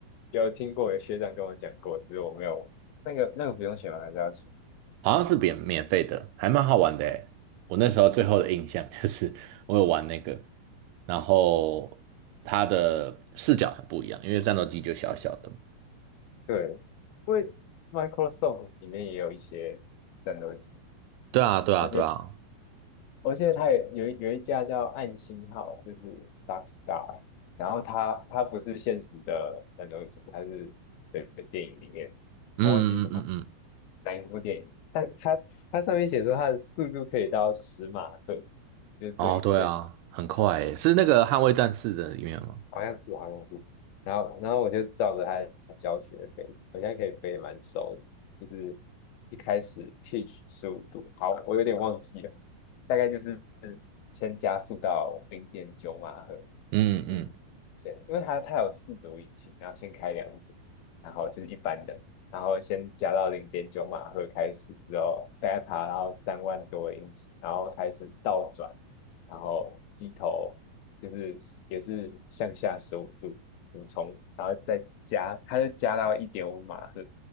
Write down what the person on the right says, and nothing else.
好像是免免费的，还蛮好玩的诶。我那时候最后的印象 <laughs> 就是我有玩那个，然后它的视角很不一样，因为战斗机就小小的嘛。
对啊，对啊，
对啊，
嗯嗯嗯嗯，
哦，对啊，很快诶，是那个《捍卫战士》的里面吗？
嗯嗯